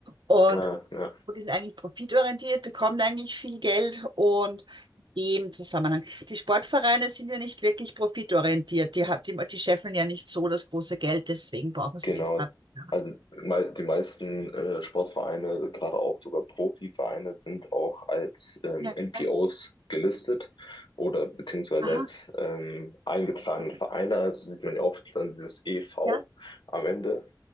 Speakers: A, on the right; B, on the left.
A: und
B: Ja, ja,
A: Facebook ist eigentlich profitorientiert, bekommt eigentlich viel Geld und in dem Zusammenhang die Sportvereine sind ja nicht wirklich profitorientiert. Die, hab- die, die scheffeln ja nicht so das große Geld, deswegen brauchen sie
B: genau.
A: die Freiwilligenarbeit.
B: Also mei- die meisten äh, Sportvereine, gerade auch sogar Profivereine, sind auch als ähm,
A: Ja,
B: NPOs
A: ja.
B: gelistet oder beziehungsweise
A: aha.
B: als ähm, eingetragene
A: Und,
B: Vereine. Also sieht man ja oft dann dieses EV
A: ja,
B: am Ende.